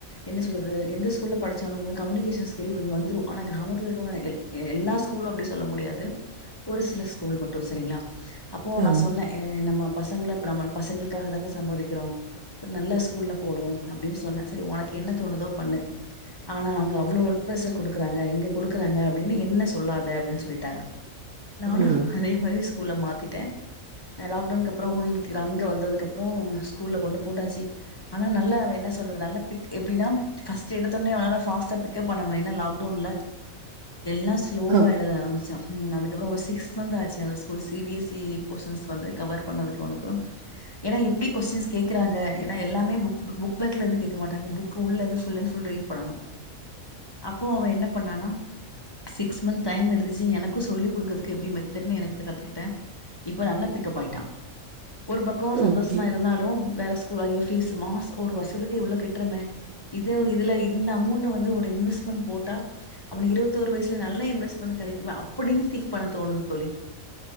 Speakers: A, on the left; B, on the right.
A: என்ன சொல்றது எந்த ஸ்கூல படிச்சாலுவ அவுங்க கம்முனிகேஷ ஸ் ஸ்கில் வந் வந்துடும் ஆனா கிராமத்துல இருக்கவங்க எல் எ எல்லா ஸ்கூலும் அப்டி சொல்ல முடியாது ஒரு சில ஸ்கூல் மட்டு சரிங்களா அப்போ நா
B: ஆமா.
A: சொன்னேன் ஏ நம்ம பசங்கள இப்ப நாம பசங்களுக்காக தான சம்பாதிக்கிறோ ஒரு நல்ல ஸ்கூல்ல போடுவோ அப்டினு சொன்னே சரி உனக்கு என்ன தோணுதோ பண்ணு ஆனா அங்க அவ்ளோ ஒர்க் ப்ரஷர் குடுக்குறாங்க இங்க குடுக்குறாங்க அப்டின்னு என்ன சொல்லாத அப்டினு சொல்லிட்டாங்க நானு
B: ம்.
A: அதே மாரி ஸ் ஸ்கூல மாத்திட்டே அஹ் லாக்டவுன்கு அப்றோ ஒனுக்கு அங்க வந்ததுக்குப்புறம் ஸ்கூல்ல கொண்டு போட்டாச்சி ஆனா நல்லா அவ என்ன சொல்றது நல்ல பிக் எப்டினா ஃபஸ்ட் எடுத்தொன்னே அவன் நால்லா ஃபாஸ்ட்டா பிக் பிக்கப் பண்ண முடியு ஏன்னா லாக்டவுன்ல எல்லாம் ஸ்லோவா
B: ஆமா.
A: எழுத ஆரமிச்சான் ம் அதுக்கப்புறம் ஒரு சிக்ஸ் சோந்த ஆச்சி அந்த school C B S the portions வந்து கவர் பண்ணதுக்கு ஒனக்கு ஏன்னா எப்டி கொஸ்ட்டின்ஸ் கேக்குறாங்க ஏன்னா எல்லாமே புக்-புக் பாங்க்லேர்ந்து கேக்க மாட்டாங்க. புக்கு உள்ள இருந்து ஃபுல்லன்ட்ஃபுல் ரீட் பண்ணணும். அப்போ அவன் என்ன பண்ணான்னா சிக்ஸ் மந்த் டைம் எடுத்துச்சு எனக்கும் சொல்லிக் குடுக்குறதுக்கு எப்பிடி மெத்தட்ன்னு எனக்கு கத்துக்கிட்டேன் இப்ப நல்லா பிக்கப் ஆயிட்டான் ஒரு பக்கோ சந்தோஷமா
B: ஓகே.
A: இருந்தாலும் வேற school I F fees mass ஒரு வருஷத்துக்கு இவ்ளக் ட்றமே இத் இதே ஒரு இதுல இந்த அமௌண்ட்ட வந்து ஒர் இன்வெஸ்ட்மெண்ட் போட்டா அவனெ இருவத்தோரு வயசுல நல்ல இன்வெஸ்ட்மெண்ட் கெடைக்குமே அப்படின்னு திங்க் பண்ணத் தோணுது தோழி